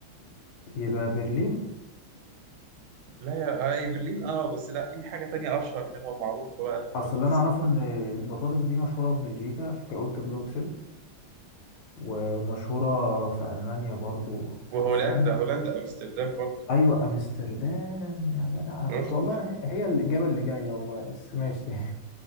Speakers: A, on the left (about 80°); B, on the right (about 80°).
A: يبقى برلين
B: لا يا اي برلين اه بس لا في حاجة تانية اشهر منهم معروفة بقى البطاطس
A: أصل اللي أنا أعرفه إن البطاطس دي مشهورة في بلجيكا عشان كده قلت بروكسل ومشهورة في ألمانيا برضو
B: وهولندا
A: استنى
B: هولندا امستردام برضه
A: ايوه امستردام يا جدع انا كنت
B: شفت
A: والله هي الاجابه اللي جايه والله بس ماشي